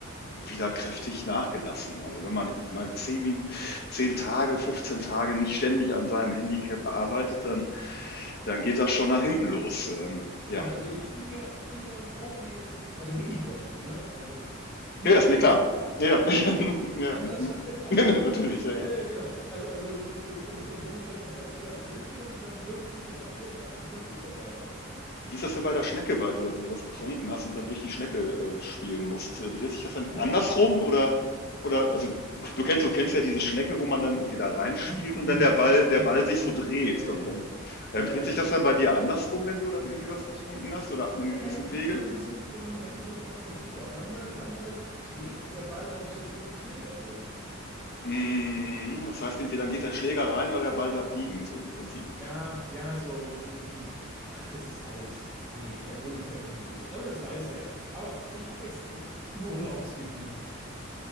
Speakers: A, on the left (about 50°); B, in the centre.
A: wieder kräftig nachgelassen. Also wenn man mal zehn, Min- zehn Tage, 15 Tage nicht ständig an seinem Handicap arbeitet, dann, dann geht das schon nach hinten los. Ähm, ja,
B: Also, also ich bin ja, ich bin ja ein Profi in, also Minigolf, ne? Also nicht,
A: Ja, ja, ist
B: dass
A: mir
B: du
A: klar.
B: jetzt denkst,
A: Ja, ja.
B: ja.
A: <laughs> Ja,
B: Also,
A: ja. Mhm.
B: also, <laughs>
A: <laughs> natürlich, ja, ja.
B: ja, ja, genau. Also, also und, und, und wenn ich dann noch dazu was trinke, dann, dann wirkt sich das auch direkt auf die Punktevergabe aus.
A: Wie ist das denn bei der Schnecke bei dir, wenn du was getrunken hast und dann durch die Schnecke, äh, spielen musst? Äh, dreht sich das dann
B: Schmeckt
A: andersrum oder oder also du du kennst du kennst ja diese Schnecke, wo man dann irgendwie da reinspielt
B: die
A: und dann der
B: ist
A: Ball der
B: Ja,
A: Ball sich so dreht
B: ja,
A: und
B: ja.
A: dann,
B: Ja,
A: ähm,
B: ja,
A: dreht sich
B: die
A: das
B: ist
A: dann
B: fies.
A: bei dir andersrum, wenn du dann irgendwie was getrunken hast oder ab einem
B: Nee,
A: gewissen
B: hängt,
A: Pegel?
B: hängt so ein bisschen vom, hängt so vom Konsum ab. Manchmal, manchmal schwebt der Ball auch so vor dem Schläger irgendwie.
A: Mhm, das heißt irgendwie, dann geht der Schläger rein oder der Ball bleibt liegen, so im Prinzip.
B: Ja, ja, so und, und ach, das ist alles. Nee, Alkohol ist ja keine Lösung. Aber das weiß der. Aber ich habe jetzt einen Urlaubs gebucht.